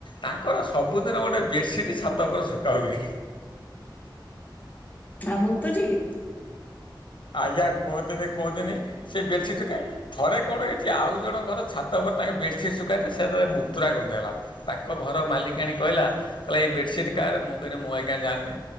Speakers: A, on the left; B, on the left.
A: ତାଙ୍କର ସବୁଦିନ ଗୋଟେ ବେଡ଼ସିଟ୍ ଛାତ ଉପରେ ଶୁଖା ହୁଏ।
B: ଆଉ ମୁତୁଛି କି।
A: ଆଜ୍ଞା କୁହନ୍ତୁନି କୁହନ୍ତୁନି ସେ ବେଡସିଟରେ ଥରେ କଣ ହେଇଛି ଆଉ ଜଣଙ୍କ ଘର ଛାତ ଉପରେ ତାଙ୍କେ ବେଡସିଟ୍ ସୁଖ୍ କାନ୍ତି ସେତେବେଳେ ମୁତୁରା ଗନ୍ଧେଇଲା ତାଙ୍କ ଘର ମାଲିକାଣୀ କହିଲା କହିଲା ଏଇ ବେଡସିଟ କାହାର ମୁଁ କହିଲି ମୁଁ ଆଜ୍ଞା ଜାଣିନି।